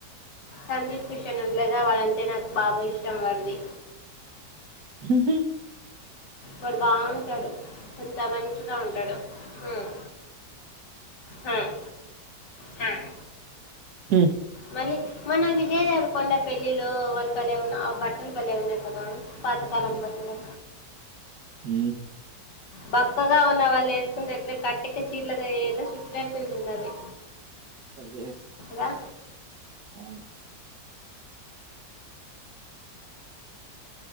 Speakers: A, on the left; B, on the right.
A: సందీప్ కిషన్ ఉన్ లేదా వాళ్ళంటే నాకు బాగా ఇష్టం వాడిది
B: ఉహు
A: వాడు బాగుంటాడు. ఎంత మంచిగా ఉంటాడు. హుమ్ హుమ్ హుమ్
B: హుమ్
A: మళ్ళీ మన విజయదేవరకొండ పెళ్ళిలో వాళ్ళు బలే ఉన్న ఆ బట్టలు బలే ఉన్నాయి కదా. పాతకాలం బట్టలు
B: ఊ
A: బపస్ ఉన్న వాళ్ళు వేసుకుంటే ఎట్లు కిచ్ చీర్లకాయ ఎ సుటి తంత నవవి
B: అది
A: రా
B: అవును